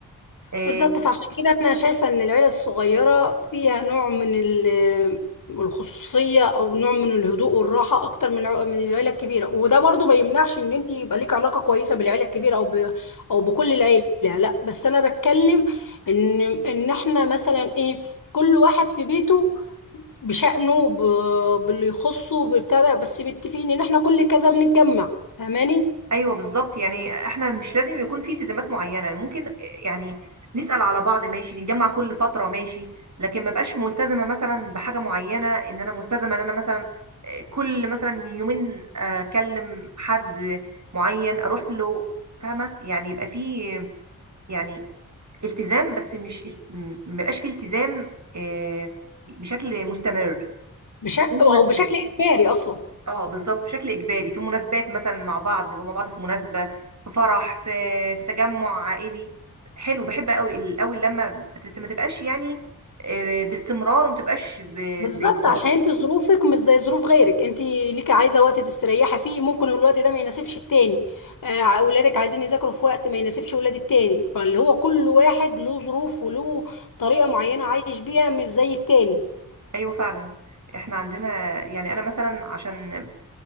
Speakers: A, on the right; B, on the left.
A: آه،
B: بالظبط فعشان كده انا شايفه ان العيله الصغيره فيها نوع من ال- الخصوصيه او نوع من الهدوء والراحه اكتر من الع- من العيله الكبيره وده برضو ما يمنعش ان انت يبقى ليك علاقه كويسه بالعيله الكبيره او ب... او بكل العيله لا بس انا بتكلم ان ان احنا مثلا ايه كل واحد في بيته بشأنه ب... باللي يخصه بتاع ده، بس متفقين ان احنا كل كذا بنتجمع فاهماني
A: ايوه بالظبط يعني احنا مش لازم يكون في التزامات معينه ممكن يعني نسال على بعض ماشي نتجمع كل فتره ماشي لكن ما بقاش ملتزمه مثلا بحاجه معينه ان انا ملتزمه ان انا مثلا آه، كل مثلا يومين آه، اكلم حد معين اروح له فاهمه يعني يبقى في يعني التزام بس مش ما بقاش في التزام آه، بشكل مستمر
B: بشكل
A: في المناسبات
B: او بشكل اجباري اصلا
A: اه بالظبط بشكل اجباري في مناسبات مثلا مع بعض نبقى مع بعض في مناسبه في فرح في في تجمع عائلي حلو بحب قوي قوي لما بس ما تبقاش يعني آه، باستمرار وما تبقاش ب-
B: بالظبط
A: باجبار
B: عشان انت ظروفك مش زي ظروف غيرك انت ليكي عايزه وقت تستريحي فيه ممكن الوقت ده ما يناسبش التاني آه، اولادك عايزين يذاكروا في وقت ما يناسبش ولاد التاني فاللي هو كل واحد له ظروف وله طريقه معينه عايش بيها مش زي التاني
A: ايوه فعلا احنا عندنا يعني انا مثلا عشان